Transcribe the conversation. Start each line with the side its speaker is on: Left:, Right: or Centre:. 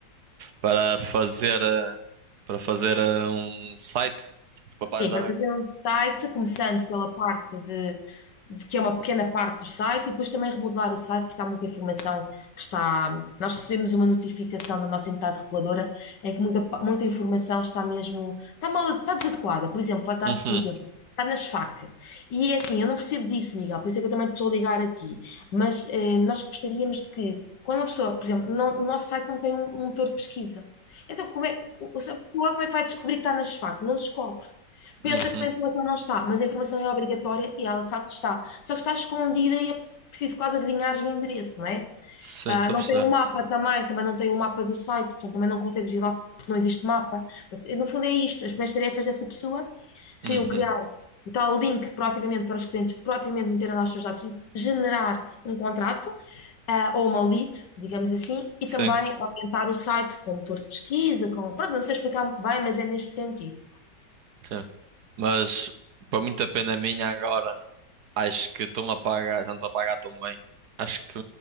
Right: Para fazer, eh, para fazer eh, um site, tipo, para
Left: Sim,
Right: ajudar
Left: para fazer
Right: a...
Left: um site, começando pela parte de, de que é uma pequena parte do site, e depois também remodelar o site, porque há muita informação que está. Nós recebemos uma notificação da nossa entidade reguladora em que muita, muita informação está mesmo, está mal, está desadequada. Por exemplo, vou dar-te
Right: Uhum.
Left: um exemplo. Está nas FAQ. E é assim, eu não percebo disso, Miguel, por isso é que eu também te estou a ligar a ti. Mas eh, nós gostaríamos de que, quando uma pessoa, por exemplo, não- no nosso site não tem um, um motor de pesquisa. Então, como é, a pessoa como é que vai descobrir que está nas FAQ? Não descobre pensa
Right: Uhum.
Left: que a informação não está, mas a informação é obrigatória e ela de facto está. Só que está escondida e é preciso quase adivinhar o endereço, não é?
Right: Sim,
Left: Ah,
Right: estou
Left: não
Right: a perceber.
Left: tem o mapa também, também não tem o mapa do site, portanto também não consegues ir lá porque não existe mapa. Portanto, e, no fundo é isto, as primeiras tarefas dessa pessoa seriam
Right: Uhum.
Left: criar o tal link proativamente para os clientes que proativamente meteram lá os seus dados e generar um contrato ah, ou uma lead, digamos assim, e
Right: Sim,
Left: também orientar o site com motor de pesquisa, com... Pronto, não sei explicar muito bem, mas é neste sentido.
Right: sim. Mas, para muita pena minha, agora acho que estão a pagar, já não estão a pagar tão bem. Acho que,